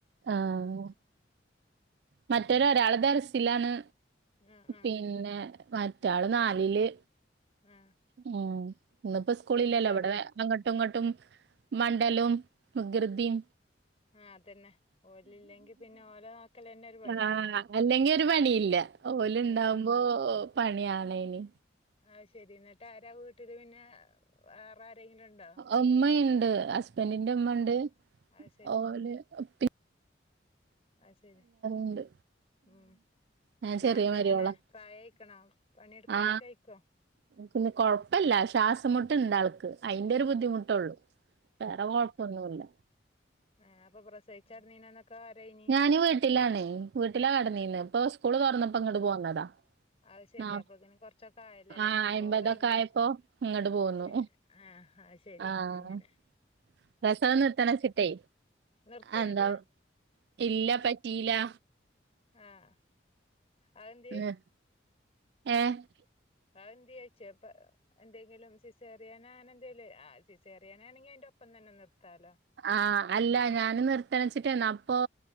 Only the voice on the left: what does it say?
ആ ആ
ആ
പിന്നെ ചെറിയ
ആ അതന്നെ ഓലില്ലെങ്കി പിന്നെ ഓലെ നോക്കലന്നെ ഒരു പണിയാണ്
ഉം
അത്ശരി എന്നിട്ട് ആരാ വീട്ടില് പിന്നെ വേറെ ആരെങ്കിലും ഉണ്ടോ
ആ
അത്
അത്ശരി
ഉം
ഉമ്മാക്കെങ്ങനെ
പ്രായായിക്ക്ണോ പണിയെടുക്കാനൊക്കെ
വെയിക്കുവോ
ആഹ് അപ്പോ പ്രസവിച്ചാടീന്നീനന്നൊക്കെ ആരേനീ
അത്ശെരി
അപ്പങ്ങനെ കൊറച്ചൊക്കെ ആയിലല്ലേ
നാപ്പോക്കെ
കഴിഞ്ഞാ
അത്ശരി ആഹ് അയ്ശരി
അങ്ങനെ
നിർത്തിയാട്ട്
ആഹ് അതെന്ത്യേ
വേറെന്തിയേ <unintelligible> എന്തെങ്കിലും സിസേറിയന് അങ്ങനെന്തേല് ആഹ് സിസേറിയനാണെങ്കി അയിന്റൊപ്പം തന്നെ നിർത്താലോ